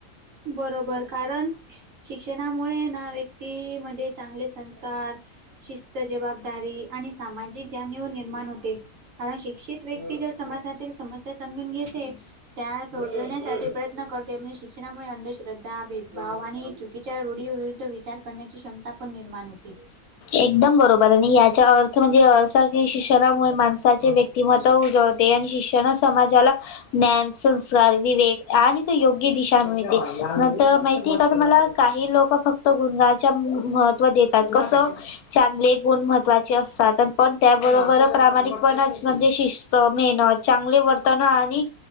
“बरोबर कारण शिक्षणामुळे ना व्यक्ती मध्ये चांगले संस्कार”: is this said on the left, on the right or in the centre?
Right